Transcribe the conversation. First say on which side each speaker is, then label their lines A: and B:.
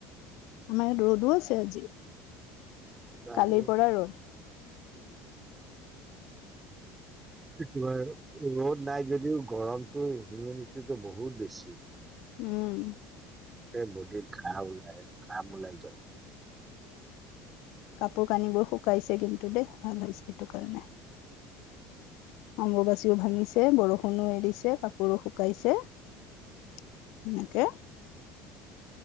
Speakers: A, on the left (about 60°); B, on the right (about 20°).
A: আমাৰ ইয়াত ৰ'দো আছে আজি
B: নাই
A: কালিৰ পৰা ৰ'দ
B: সেইটোএ ৰ'দ নাই যদিও গৰমটো হিউমিদিটিতো বহুত বেছি।
A: উম।
B: সেই বদিত ঘা ওলাই ঘাম ওলাই যায়।
A: কাপোৰ কানিবোৰ শুকাইছে কিন্তু দে ভাল হৈছে সেটো কাৰণে। অম্বুবাচীও ভাঙিছে, বৰষুণো এৰিছে, কাপোৰো শুকাইছে। এনেকে